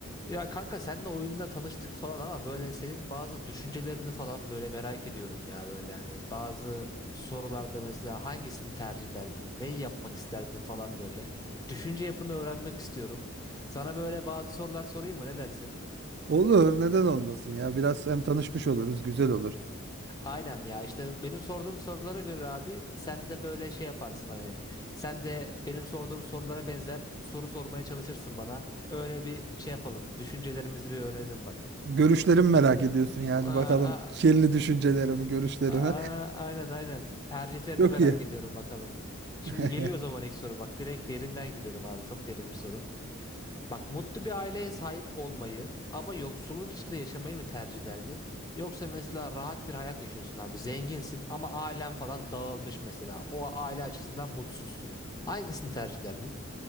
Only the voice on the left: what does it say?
Ya kanka seninle oyunda tanıştık falan ama böyle senin bazı düşüncelerini falan böyle merak ediyorum ya böyle hani bazı sorularda mesela hangisini tercih ederdin, neyi yapmak isterdin falan böyle. Düşünce yapını öğrenmek istiyorum. Sana böyle bazı sorular sorayım mı ne dersin?
Aynen ya işte benim sorduğum sorulara göre abi sen de böyle şey yaparsın hani sen de benim sorduğum sorulara benzer soru sormaya çalışırsın bana. Öyle bir şey yapalım. Düşüncelerimizi bir öğrenelim bak.
Aa,
Aa, aynen aynen. Tercihlerini
merak
ediyorum bakalım. Şimdi
geliyor o zaman ilk soru bak. Direkt derinden giriyorum abi. Çok derin bir soru. Bak mutlu bir aileye sahip olmayı ama yoksulluk içinde yaşamayı mı tercihlerdin? Yoksa mesela rahat bir hayat yaşıyorsun abi. Zenginsin ama ailen falan dağılmış mesela. O aile açısından mutsuzsun. Hangisini tercih ederdin?